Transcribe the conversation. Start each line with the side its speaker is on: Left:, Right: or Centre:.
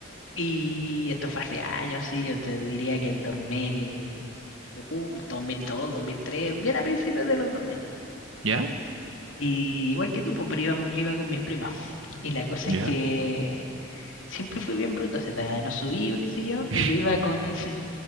Left: Y esto fue hace años, sí, yo te diría que el 2000, uh, 2002, dos mil tres bien a principios de los dos mil
Right: ¿Ya?
Left: Y igual que tú, pues, pero íbamos- yo iba con mis primas. Y la cosa
Right: ¿Ya?
Left: es que siempre fue bien bruto ese Tagadá, no subí, qué sé yo,
Right: <laughs>
Left: y yo iba con...